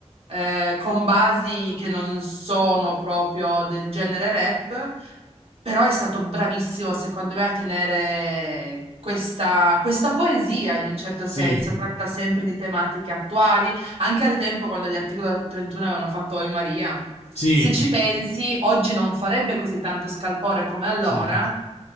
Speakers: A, on the right; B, on the left.
A: eh, con basi che non sono proprio del genere rap, però è stato bravissimo, secondo me, a tenere questa, questa poesia in un certo
B: Sì,
A: senso. Tratta sempre di tematiche attuali, anche al tempo quando gli articoli del 31 avevano fatto Oi Maria.
B: sì,
A: Se ci pensi, oggi non farebbe così tanto scalpore come allora,
B: sì,